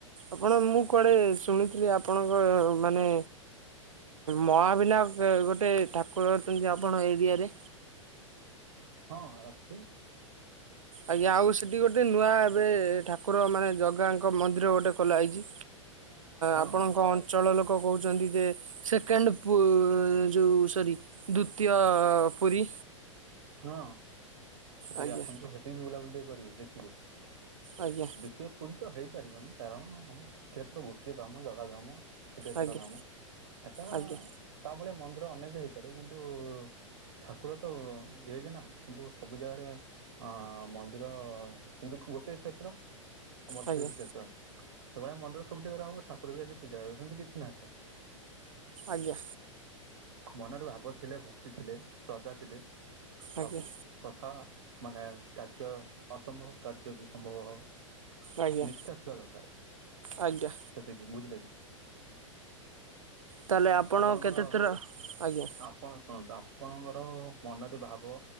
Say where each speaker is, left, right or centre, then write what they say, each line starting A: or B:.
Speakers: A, on the right; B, on the right.
A: ଆପଣ ମୁଁ କୁଆଡେ ଶୁଣିଥିଲି ଆପଣଙ୍କ ମାନେ ମହାବିନାୟକ ଗୋଟେ ଠାକୁର ଅଛନ୍ତି ଆପଣ ଏରିଆରେ?
B: ହଁ ଅଛି।
A: ଆଜ୍ଞା ଆଉ ସେଠି ଗୋଟେ ନୂଆ ଏବେ ଠାକୁର ମାନେ ଜଗାଙ୍କ ମନ୍ଦିର ଗୋଟେ ଖୋଲାହେଇଛି।
B: ହଁ
A: ଆପଣଙ୍କ
B: ହଁ
A: ଅଞ୍ଚଳ ଲୋକ କହୁଛନ୍ତି ଯେ ସେକେଣ୍ଡ ପୁ ଯଉ ସରି ଦ୍ଵିତୀୟ ପୁରୀ।
B: ହଁ ସେଠିକି
A: ଆଜ୍ଞା
B: ଆସନ୍ତୁ ସେଠିକି ବି ବୁଲାବୁଲି ଟିକେ କରିବେ ଦେଖିବେ।
A: ଆଜ୍ଞା
B: ସେ ପୁରୀ ତ ହେଇପାରିବନି କାରଣ ଆମ ଶ୍ରୀକ୍ଷେତ୍ର ଗୋଟିଏ ଧାମ ଜଗା ଧାମ। ଶ୍ରୀକ୍ଷେତ୍ର
A: ଆଜ୍ଞା
B: ଧାମ ଏଟା
A: ଆଜ୍ଞା
B: ତା ଭଳିଆ ମନ୍ଦିର ଅନେକ ହେଇପାରେ କିନ୍ତୁ ଠାକୁର ତ ହେଇଜି ନା କିନ୍ତୁ ସବୁ ଜାଗାରେ ଅ ମନ୍ଦିର କିନ୍ତୁ ଗୋଟେ କ୍ଷେତ୍ର। ଅମ
A: ଆଜ୍ଞା
B: ଶ୍ରୀକ୍ଷେତ୍ର ସେଭଳିଆ ମନ୍ଦିର ସବୁ ଜାଗାରେ ହବ ଠାକୁର ବି ଆସି ପୂଜା ହେବେ ସେମିତି କିଛି ନଥାଏ।
A: ଆଜ୍ଞା।
B: ମନରେ ଭାବ ଥିଲେ, ଭକ୍ତି ଥିଲେ, ଶ୍ରଦ୍ଧା ଥିଲେ ସବୁ
A: ଆଜ୍ଞା
B: କଥା ମାନେ, କାର୍ଯ୍ୟ ଅସମ୍ଭବ କାର୍ଯ୍ୟ ବି ସମ୍ଭବ ହବ।
A: ଆଜ୍ଞା
B: ନିଷ୍ଠା ଥିବା ଦରକାର।
A: ଆଜ୍ଞା
B: ସେତିକି ବୁଝିଲେ କି?
A: ତାହେଲେ ଆପଣ
B: ଆପଣଙ୍କର,
A: କେତେଥର ଆଜ୍ଞା
B: ଆପଣ ଶୁଣନ୍ତୁ ଆପଣଙ୍କର ମନରେ ଭାବ